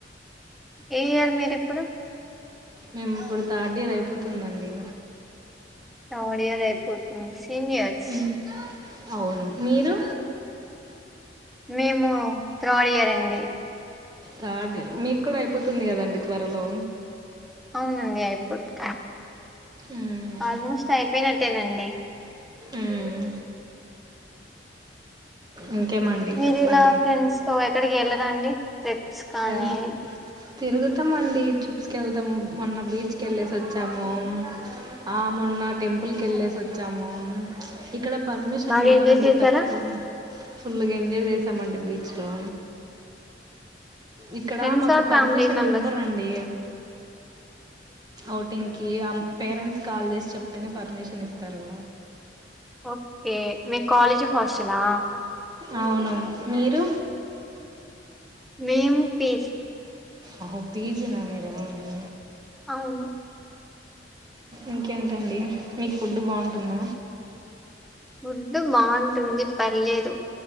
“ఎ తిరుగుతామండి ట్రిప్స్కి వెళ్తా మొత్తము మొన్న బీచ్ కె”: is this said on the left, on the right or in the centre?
Right